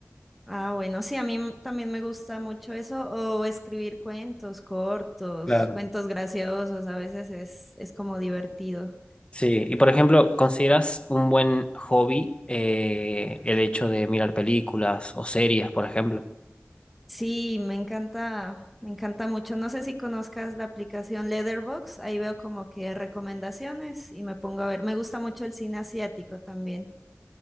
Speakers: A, in the centre; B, on the left.
A: Ah, bueno, sí, a mí m- también me gusta mucho eso, o escribir cuentos cortos,
B: Claro.
A: cuentos graciosos, a veces es, es como divertido.
B: Sí, y por ejemplo, ¿consideras un buen hobby eh, el hecho de mirar películas o series, por ejemplo?
A: Sí, me encanta, me encanta mucho. No sé si conozcas la aplicación Letterboxd, ahí veo como que recomendaciones y me pongo a ver. Me gusta mucho el cine asiático también,